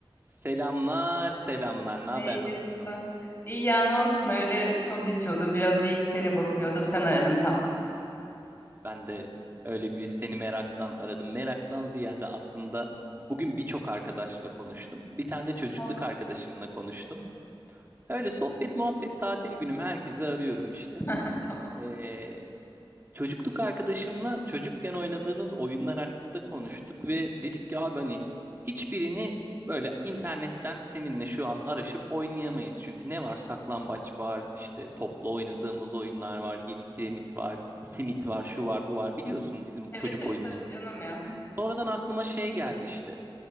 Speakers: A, on the right; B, on the left.
A: Selamlar, selamlar. Ne haber,
B: Eylül.
A: nasılsın?
B: İyi ya ne olsun öyle soda içiyordum biraz bilgisayara bakınıyordum sen aradın tam.
A: Ben de öyle bir seni meraktan aradım. Meraktan ziyade aslında bugün birçok arkadaşla konuştum. Bir tane de çocukluk
B: Ne oldu?
A: arkadaşımla konuştum. Öyle sohbet, muhabbet, tatil günüm herkesi arıyorum işte.
B: <laughs> Tamam.
A: Ee, çocukluk arkadaşımla çocukken oynadığımız oyunlar hakkında konuştuk ve dedik ki abi hani hiçbirini böyle internetten seninle şu an araşıp oynayamayız. Çünkü ne var? Saklambaç var, işte topla oynadığımız oyunlar var, yedi kiremit var, simit var, şu var, bu var. Biliyorsun bizim
B: Evet
A: çocuk
B: evet
A: oyunlarını.
B: tabii canım ya.
A: Sonradan aklıma şey geldi işte.